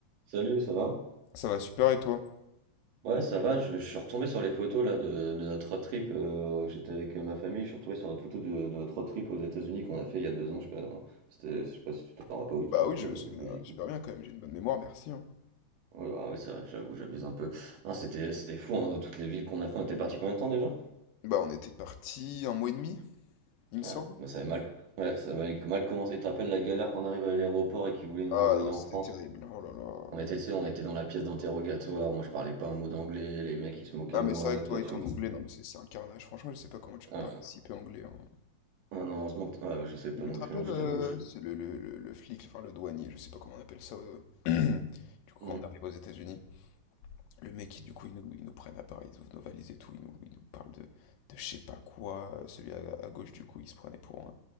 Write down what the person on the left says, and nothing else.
Ça va super et toi?
Bah
oui,
je me souviens
super bien quand même, j'ai une bonne mémoire, merci. hein.
Bah on était parti un mois et demi, il me
semble.
Ah
non,
c'était
terrible, oh là là.
Ah
mais
c'est vrai que
toi et
ton anglais, non mais c'est c'est un carnage, franchement je sais pas comment tu peux
participer anglais. Hein.
Mais tu
te rappelles,
euh,
c'est le, le, le, le flic, enfin le douanier, je sais pas comment on appelle ça. euh. <clears throat> Du coup quand
on arrive aux États-Unis, le mec qui du coup ils nous, ils nous prennent à Paris, ils ouvrent nos valises et tout, ils nous, ils nous parlent de, de je sais pas quoi. Celui à, à gauche du coup il se prenait pour un,